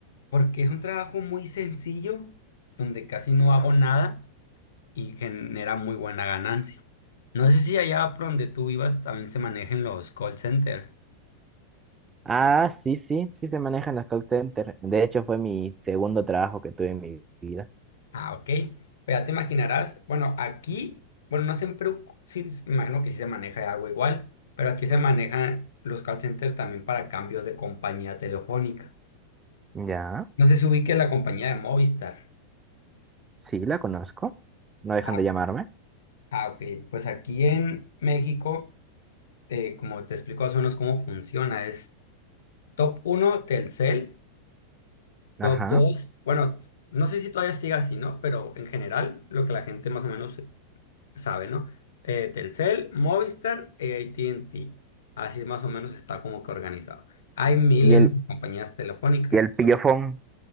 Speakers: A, on the left; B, on the right.
A: porque es un trabajo muy sencillo, donde casi no hago nada y genera muy buena ganancia. No sé si allá por donde tú vivas también se manejen los call center.
B: Ah, sí, sí, sí se manejan las call centers. De hecho, fue mi segundo trabajo que tuve en mi vida.
A: Ah, ok. Pues ya te imaginarás, bueno, aquí, bueno, no siempre, sí, me imagino que sí se maneja algo igual, pero aquí se manejan los call centers también para cambios de compañía telefónica.
B: Ya,
A: No sé si ubique la compañía de Movistar.
B: sí, la conozco. No dejan
A: Ah,
B: de llamarme.
A: ah, ok. Pues aquí en México, te- como te explico más o menos cómo funciona, es top uno Telcel. Top
B: Ajá.
A: 2, Bueno, no sé si todavía siga así, ¿no? Pero en general, lo que la gente más o menos sabe, ¿no? Eh, Telcel, Movistar e AT&T. Así más o menos está como que organizado. Hay miles
B: Y el,
A: de compañías telefónicas.
B: y el pillofón.